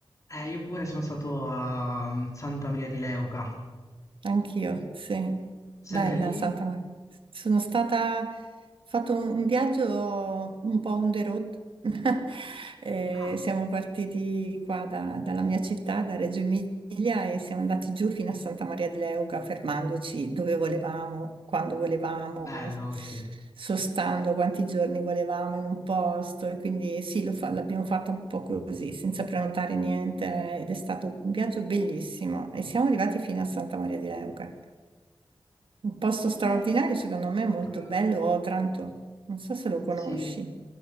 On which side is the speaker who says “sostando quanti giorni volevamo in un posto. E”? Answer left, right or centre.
Right